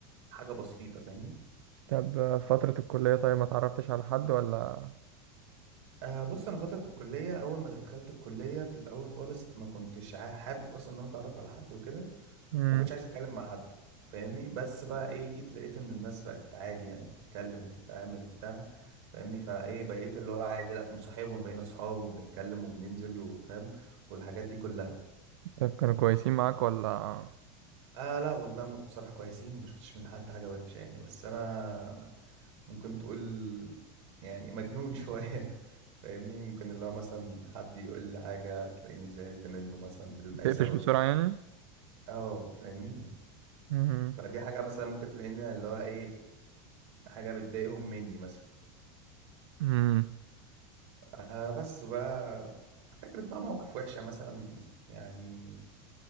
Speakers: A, on the right; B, on the right.
A: بحاجة بسيطة فاهمني
B: طب فتره الكليه طيب ما تعرفتش على حد ولا
A: آه بص انا فترة الكلية اول ما دخلت الكلية في الاول خالص ما كنتش عا- حابب اصلا ان انا اتعرف على حد وكده
B: امم
A: ما كنتش عايز اتكلم مع حد فاهمني بس بقى ايه جيت لقيت ان الناس بقت عادي يعني بتتكلم وبتتعامل وبتاع فاهمني فايه بقيت اللي هو عادي لا مصاحبهم بقينا اصحاب وبنتكلم وبننزل وفاهم والحاجات دي كلها
B: طب كانوا كويسين معاك ولا
A: اه لا والله هم بصراحة كويسين وما شفتش من حد حاجة وحشة يعني بس انا ممكن تقول يعني مجنون شوية <laughs> فاهمني ممكن اللي هو مثلا حد يقول لي حاجة تلاقيني زعلت منه مثلا بدون اي
B: تقفش
A: سبب
B: بسرعه يعني
A: اه فاهمني
B: امم
A: فدي حاجة مثلا ممكن تلاقيني اللي هو ايه حاجة بتضايقهم مني مثلا
B: امم
A: آه بس بقى فكرة بقى مواقف وحشة مثلا يعني